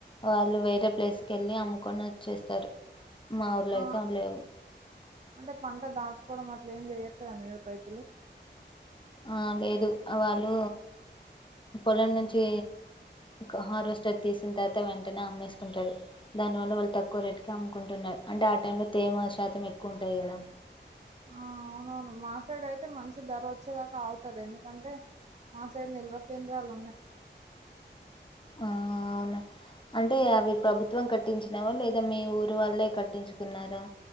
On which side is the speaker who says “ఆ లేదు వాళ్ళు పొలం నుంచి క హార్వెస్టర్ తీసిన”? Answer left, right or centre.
Left